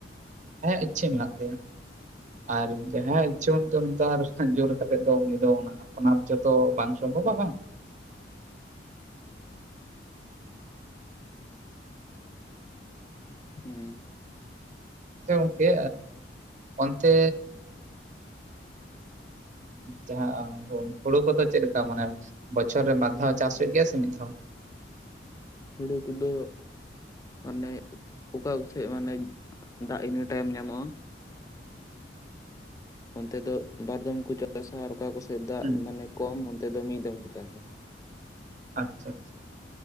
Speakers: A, on the right; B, on the left.
A: ᱟᱭᱟᱜ ᱤᱪᱪᱷᱟᱹ ᱢᱮᱱᱟᱜ ᱛᱟᱭᱟ ᱟᱨ ᱡᱟᱦᱟᱸᱭ ᱟᱜ ᱤᱪᱷᱟ ᱵᱟᱱᱩᱜ-ᱟ ᱛᱟᱭᱟ ᱟᱨ ᱡᱳᱨ ᱠᱟᱛᱮ ᱫᱚ ᱩᱱᱤ ᱫᱚ ᱚᱱᱟ ᱚᱱᱟᱨ ᱪᱚᱛᱚ ᱵᱟᱝ ᱥᱚᱢᱵᱷᱚᱵ ᱵᱟᱝ
B: ᱦᱮᱸ
A: ᱜᱚᱢᱠᱮ ᱚᱱᱛᱮ ᱡᱟᱦᱟᱸ ᱦᱩᱲᱩ ᱠᱚᱫᱚ ᱪᱮᱫᱞᱠᱟ ᱢᱟᱱᱮ ᱵᱚᱪᱷᱚᱨ ᱨᱮ ᱵᱟᱨ ᱫᱷᱟᱣ ᱪᱟᱥ ᱦᱩᱭᱩᱜ ᱜᱮᱭᱟ ᱥᱮ ᱢᱤᱫ ᱫᱷᱟᱣ <inaudible>
B: ᱦᱩᱲᱩ ᱠᱚᱫᱚ ᱢᱟᱱᱮ ᱚᱠᱟ ᱥᱮᱫ ᱢᱟᱱᱮ ᱫᱟᱜ ᱤᱱᱟᱹ ᱴᱟᱭᱤᱢ ᱧᱟᱢᱚᱜᱼᱟ ᱚᱱᱛᱮ ᱫᱚ ᱵᱟᱨᱫᱢ ᱠᱚ ᱪᱟᱥᱟ ᱟᱨ ᱚᱠᱟ ᱠᱚᱥᱮᱫ ᱫᱟᱜ
A: ᱦᱩᱸ
B: ᱢᱟᱱᱮ ᱠᱚᱢ ᱛᱮ ᱫᱚ ᱢᱤᱫ ᱫᱚᱢ ᱠᱚ ᱪᱟᱥᱟ
A: ᱟᱪᱪᱷᱟ ᱟᱪᱪᱷᱟ